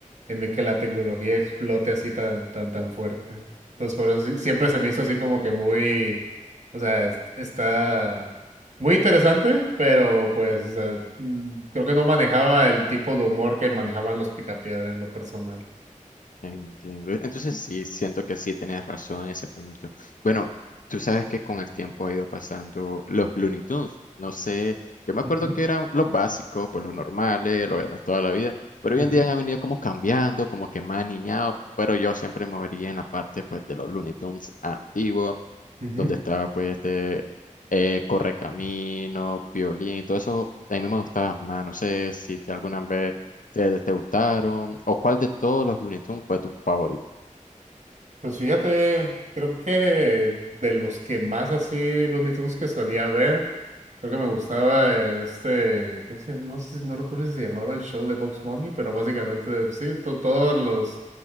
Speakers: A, on the right; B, on the left.
A: en el que la tecnología explote así tan, tan, tan fuerte. Entonces, por eso sí- siempre se me hizo así como que muy, o sea, es- está muy interesante, pero pues, o sea, mm, creo que no manejaba el tipo de humor que manejaban los Picapiedra en lo personal.
B: Entiendo. Entonces sí, siento que sí tenés razón en ese punto. Bueno, tú sabes que con el tiempo ha ido pasando los Looney Tunes. No sé, yo me acuerdo
A: Ujú,
B: que eran los básicos, pues los normales, lo de la- toda la vida, pero
A: ujú,
B: hoy en día han venido como cambiando, como que más niñados, pero yo siempre me vería en la parte pues de los Looney Tunes antiguos,
A: ujú.
B: donde estaba pues este eh, Correcamino, Piolín, todo eso, a mí me gustaba más, no sé si te alguna vez ¿Te, te gustaron? ¿O cuál de todos los Looney Tunes fue tu favorito?
A: Pues fíjate, creo que de los que más así Looney Tunes que solía ver, creo que me gustaba eh, este, creo que se- llama? no sé, no recuerdo si se llamaba el show de Bugs Bunny, pero básicamente sí, to- todos los,